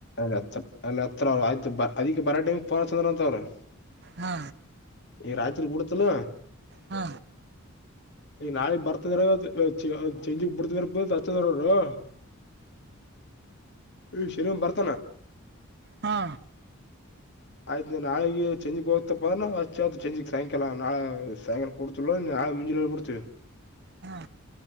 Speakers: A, on the left; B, on the right.
A: ಅತ್ ಅತ್ ಅಲ್ಲಿದ ಬರ ಟೈಮಿಂಗೆ ಫೋನ್ ಅಚ್ಚ ಯಾರ್ <unintelligible>
B: ಹಾ
A: ಈ ರಾತ್ರಿ ಬಿಡ್ತೀಯ ಇಲ್ಲ
B: ಹ್ಮ
A: ಈ ನಾಳಿಗ್ ಬರ್ತಂದ್ರ ಚೆ ಚೇಂಜಿಗ್ ಬಿಡ್ತ <unintelligible> ತತ್ತು ತರರು <unintelligible> ಸರಿ ಬರ್ತ.
B: ಹಾ.
A: ಆಯ್ತ ನಾಳೆಗೆ ಚಂಜಿಗೆ ಹೋಗ್ತಪ್ಪ ವ ಚಂಜಿಗೆ ಸಾಯಂಕಾಲ ನಾಳೆ ಸಾಯಕಾಲ ಕೊಡ್ತನಾ. ನಾಳೆ ಮುಂಜಾನೆ ಹೋಗ್ಬಿಡ್ತಿವಿ
B: ಹಾ.